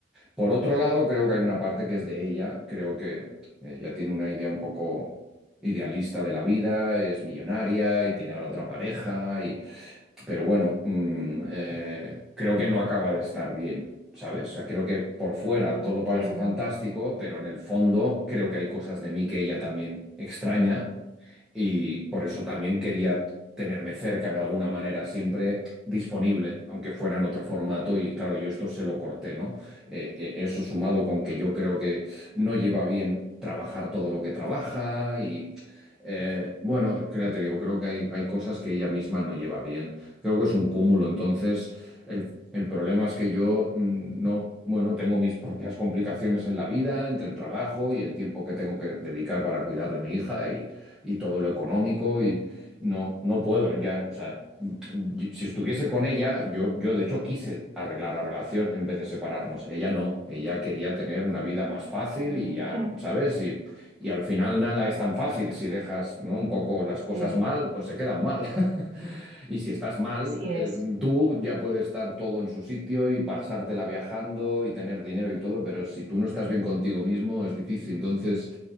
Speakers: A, in the centre; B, on the right.
A: Por otro lado, creo que hay una parte que es de ella, creo que ella tiene una idea un poco... idealista de la vida, es millonaria y tiene ahora otra pareja y, pero bueno, mm, eh, creo que no acaba de estar bien, ¿sabes? O sea, creo que por fuera
B: Mm,
A: todo
B: entiendo.
A: parece fantástico, pero en el fondo creo que hay cosas de mí que ella también extraña y por eso también quería tenerme cerca de alguna manera, siempre disponible, aunque fuera en otro formato y claro, yo esto se lo corté, ¿no? Eh, eh, eso sumado con que yo creo que no lleva bien trabajar todo lo que trabaja y eh, bueno, que ya te digo, creo que hay, hay cosas que ella misma no lleva bien. Creo que es un cúmulo. Entonces, el, el problema es que yo mm, no, bueno, tengo mis propias complicaciones en la vida, entre el trabajo y el tiempo que tengo que dedicar para cuidar de mi hija y, y todo lo económico y no, no puedo ya, o sea si estuviese con ella, yo, yo de hecho quise arreglar la relación en vez de separarnos. Ella no, ella quería tener una vida más fácil
B: Mm,
A: y ya,
B: <laughs>
A: ¿sabes? Y, y al final nada es tan fácil. Si dejas, ¿no? un poco las cosas
B: sí,
A: mal, pues se quedan mal. <laughs> Y si estás mal,
B: así es.
A: eh, tú ya puedes estar todo en su sitio y pasártela viajando y tener dinero y todo, pero si tú no estás bien contigo mismo, es difícil. Entonces...